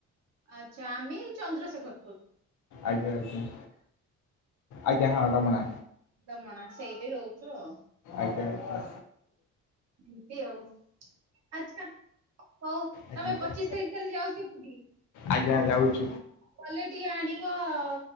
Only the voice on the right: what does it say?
ଆଛା ଆମେ ଚନ୍ଦ୍ରଶେଖର।
ଦମଣା ସେଇଠି ରହୁଛୁ ଆଉ।
ଏମ୍ତି ଆଉ ଆଚ୍ଛା। ହଉ ତମେ
ପଚିଶି ତାରିଖ ତାହେଲେ ଯାଉଛ ପୁରୀ।
କଲେ ଟିକେ ଆଣିବ ଆଉ